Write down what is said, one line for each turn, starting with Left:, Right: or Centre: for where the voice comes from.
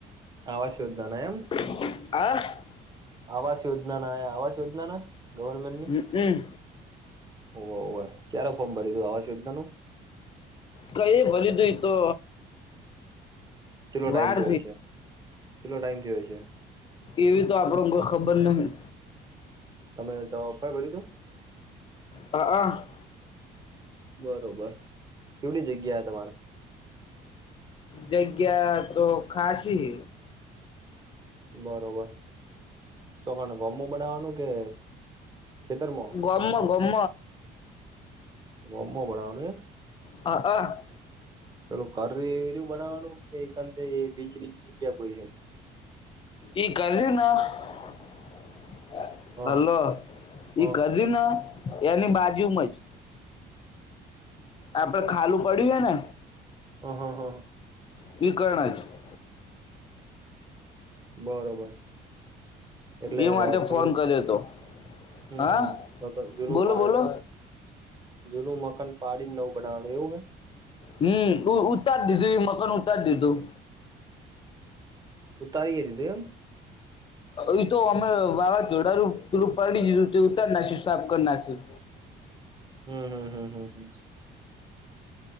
Right: આવાસ યોજના ના એમ
Left: <inaudible>
Right: આવાસ યોજના ના આવાસ યોજના ના ગવર્મેન્ટની
Left: હ હમ
Right: ઓ હોય ક્યારે ફોર્મ ભરી દું આવાસ યોજના નું
Left: કઈ ભરી ઈ તો
Right: છેલ્લો ટાઈમ
Left: વાર
Right: જે હો છે છેલ્લો ટાઈમ થયો છે
Left: એવી તો આપણ કોઈ ખબર નહીં.
Right: તમે <unintelligible> ભર્યું તું
Left: હ હ
Right: બરોબર કેવડી જગ્યા તમાર
Left: જગ્યા તો ખાસી
Right: બરોબર તો કોણ <unintelligible> બનાવાનું કે ખેતરમાં
Left: ગોમ ગોમ
Right: ગોમમો બનાવાનું એમ
Left: હ હ
Right: પેલુ <unintelligible> બનાવાનું કે <unintelligible> બીજ બીજી ક્યા કોઈ
Left: એ <unintelligible>
Right: હા
Left: હલો
Right: હા
Left: એ <unintelligible> ના એની બાજુમાં જ આપડે ખાલું પડ્યું હ ને
Right: ઓ હો હો
Left: <unintelligible>
Right: બરોબર એટલે
Left: એ માટે
Right: પેલું
Left: ફોન કર્યો તો
Right: હમ
Left: હા
Right: હમ તો જૂનું
Left: બોલો
Right: પાડે
Left: બોલો
Right: જુનું મકાન પાડી નવુ બનાવાનું એવું હ
Left: હમ ઉતારી દીધું એ મકાન ઉતારી દીધું.
Right: ઉતારીએ દીધું એમ
Left: એ તો અમે વાવાઝડાડું પેલું પડી દીધું તે ઉતાર નાખી સાફ કરી નાખી.
Right: હમ હમ હમ હમ હમ.